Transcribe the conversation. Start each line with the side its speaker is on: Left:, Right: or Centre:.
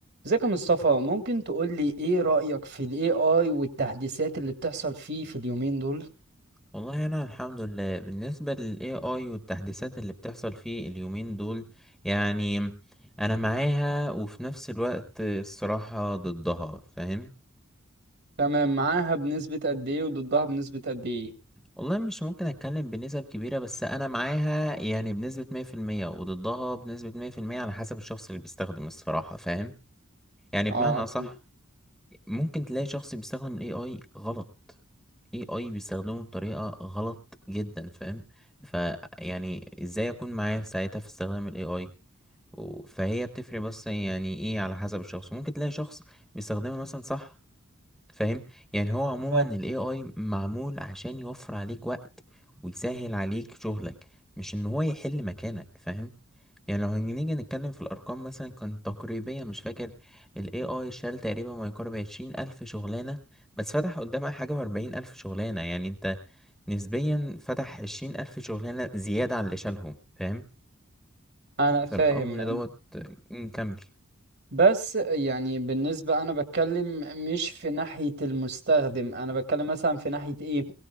Right: ازيك يا مصطفى ممكن تقول لي ايه رأيك في ال AI والتحديثات اللي بتحصل فيه في اليومين دول
Centre: والله انا الحمد لله بالنسبه لل AI والتحديثات اللي بتحصل فيه اليومين دول يعني انا معاها وفي نفس الوقت الصراحه ضدها فاهم
Right: تمام معاها بنسبة قد ايه وضدها بنسبة قد ايه
Centre: والله مش ممكن اتكلم بنسب كبيره بس انا معاها يعني بنسبه 100% وضدها بنسبه 100% على حسب الشخص اللي بيستخدم الصراحه فاهم يعني بمعنى
Right: اه اكيد
Centre: اصح ممكن تلاقي شخص بيستخدم ال AI غلط AI بيستخدمه بطريقه غلط جدا فاهم فيعني ازاي اكون معاه في ساعتها في استخدام ال AI و- فهي بتفرق بس يعني ايه على حسب الشخص ممكن تلاقي شخص بيستخدمها مثلا صح فاهم يعني هو عموما
Right: اه
Centre: ال AI معمول عشان يوفر عليك وقت ويسهل عليك شغلك مش ان هو يحل مكانك فاهم يعني لو هنيجي نتكلم في الارقام مثلا كان تقريبيا مش فاكر ال AI شال تقريبا ما يقارب عشرين الف شغلانة بس فتح قدامها حاجة واربعين الف شغلانة يعني انت نسبيا فتح عشرين الف شغلانة زيادة عن اللي شالهم فاهم
Right: انا
Centre: فالامر
Right: فاهم
Centre: دوت نكمل
Right: بس يعني بالنسبة أنا بتكلم مش في ناحية المستخدم أنا بتكلم مثلا في ناحية إيه